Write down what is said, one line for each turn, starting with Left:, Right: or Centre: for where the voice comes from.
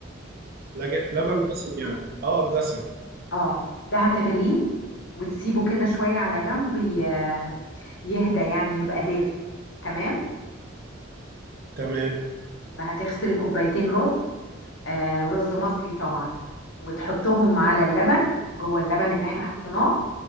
Right: لج- لبن دسم يعني اه دسم
Left: اه ده هتغليه وتسيبه كده شوية على جنب ي- يهدى يعني يبقى دافي تمام
Right: تمام
Left: وهتغسل كوبايتين رز آه رز مصري طبعا وتحطهم على اللبن جوه اللبن اللي احنا حطيناه